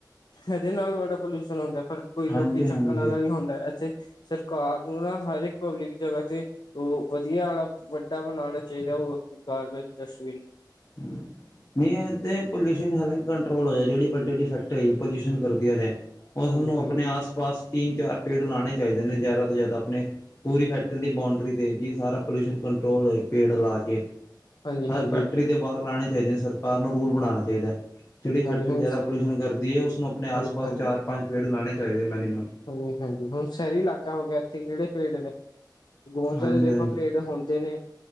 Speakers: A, on the left; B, on the left.
A: ਇਹਦੇ ਨਾਲ ਵਾਟਰ ਪੋਲਿਊਸ਼ਨ ਹੁੰਦਾ ਪਰ ਕੋਈ
B: ਹਾਂਜੀ-ਹਾਂਜੀ।
A: ਲੋਕੀ ਚੱਕਣ ਵਾਲਾ ਨਹੀਂ ਹੁੰਦਾ ਇੱਥੇ ਸਰਕਾਰ ਨੂੰ ਨਾ ਹਰ ਇੱਕ ਪਬਲਿਕ ਜਗ੍ਹਾ ਤੇ ਉਹ ਵਧੀਆ ਵਾਲਾ ਵੱਡਾ ਬਣਾਣਾ ਚਾਹੀਦਾ ਉਹ ਗਾਰਬੇਜ ਡਸਟਬਿਨ।
B: ਹਮ। ਨਹੀਂ ਐ ਤੇ ਪੋਲਿਊਸ਼ਨ ਹਾਲਕਿ ਕੰਟਰੋਲ ਹੋ ਜਿਹੜੀ ਵੱਡੀ ਵਡੀ ਫੈਕਟਰੀ ਪੋਲਿਊਸ਼ਨ ਕਰਦੀਆਂ ਨੇ। ਉਹ ਸਾਨੂੰ
A: ਹਾਂਜੀ
B: ਆਪਣੇ
A: ਹਾਂਜੀ
B: ਆਸ ਪਾਸ ਤਿੰਨ ਚਾਰ ਪੇੜ ਲਾਣੇ ਚਾਹੀਦੇ ਨੇ ਜ਼ਿਆਦਾ ਤੋਂ ਜ਼ਿਆਦਾ ਆਪਣੇ ਪੂਰੀ ਫੈਕਟਰੀ ਦੀ ਬਾਊਂਡਰੀ ਤੇ ਜੀ ਸਾਰਾ ਪੋਲਿਊਸ਼ਨ ਕੰਟਰੋਲ ਹੋਏ ਪੇੜ ਲਾ ਕੇ।
A: ਹਾਂਜੀ
B: ਹਰ
A: ਹਾਂਜੀ
B: ਫੈਕਟਰੀ ਦੇ ਬਾਹਰ ਲਾਣੇ ਚਾਹੀਦੇ ਨੇ ਸਰਕਾਰ ਨੂੰ ਰੂਲ ਬਣਾਣਾ ਚਾਹੀਦਾ ਹੈ। ਜਿਹੜੀ
A: ਹਾਂਜੀ
B: ਫੈਕਟਰੀ
A: ਹਾਂਜੀ ਹੁਣ
B: ਜ਼ਿਆਦਾ ਪੋਲਿਊਸ਼ਨ ਕਰਦੀ ਹੈ ਉਸਨੂੰ ਆਪਣੇ ਆਸ
A: ਹਾਂਜੀ
B: ਪਾਸ
A: ਹਾਂਜੀ
B: ਚਾਰ ਪੰਜ ਪੇੜ ਲਾਣੇ ਚਾਹੀਦੇ ਮਿਨੀਮਮ
A: ਹਾਂਜੀ ਹਾਂਜੀ ਹੁਣ ਸ਼ਹਿਰੀ ਇਲਾਕਾ ਹੋ ਗਿਆ ਇੱਥੇ ਕਿਹੜੇ ਪੇੜ ਨੇ। ਗੋਂਚ
B: ਹਾਂਜੀ-ਹਾਂਜੀ,
A: ਦੇਖੋ ਪੇੜ ਹੁੰਦੇ ਨੇ।